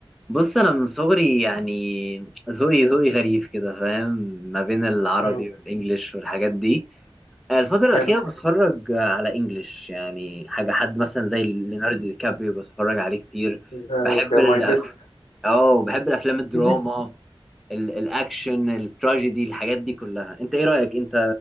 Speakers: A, in the centre; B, on the left.
A: بص انا من صغري يعني ذوقي ذوقي غريب كده فاهم ما بين العربي
B: امم
A: والانجليش والحاجات دي الفترة
B: حلو
A: الأخيرة بتفرج على انجليش يعني حاجة حد مثلا زي ليوناردو دي كابريو بتفرج عليه كتير
B: ده,
A: بحب
B: ده
A: الأف...
B: ماي بيست
A: اه بحب الافلام الدراما
B: <laughs>
A: ال- الاكشن التراجيدي الحاجات دي كلها انت ايه رأيك انت